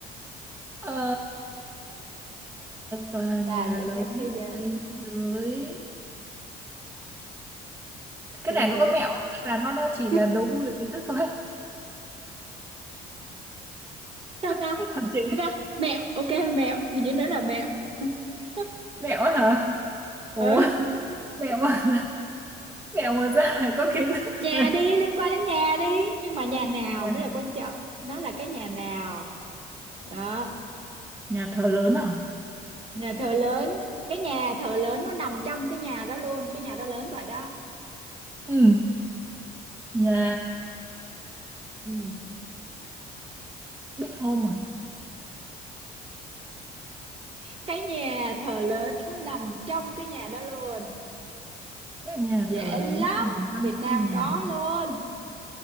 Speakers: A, on the right; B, on the right.
A: Ờ, tòa nhà
B: tòa lớn
A: lớn
B: nhất
A: nhất
B: thế giới
A: thế giới cái
B: thế
A: này
B: giới
A: có có mẹo không hay là nó nó chỉ
B: <laughs>
A: là đố vui về kiến thức thôi
B: sao
A: <laughs>
B: ta
A: Hả chị
B: sao ta mẹo ok mẹo hình như nó là mẹo <laughs>
A: mẹo á hả ủa
B: ừ
A: mẹo mà mẹo mà ra là có kiến thức
B: nhà
A: rồi.
B: đi liên quan đến nhà đi nhưng mà nhà nào
A: nhà,
B: mới là quan trọng nó là cái nhà nào đó
A: nhà thờ lớn à
B: nhà thờ lớn cái nhà thờ lớn nó nằm trong cái nhà đó luôn cái nhà đó lớn vậy đó
A: ừ nhà
B: ừ.
A: Big Home à
B: cái nhà thờ lớn nó nằm trong cái nhà đó luôn
A: cái nhà
B: dễ
A: thờ lớn
B: lắm
A: nằm trong
B: Việt Nam
A: cái nhà
B: có
A: đó
B: luôn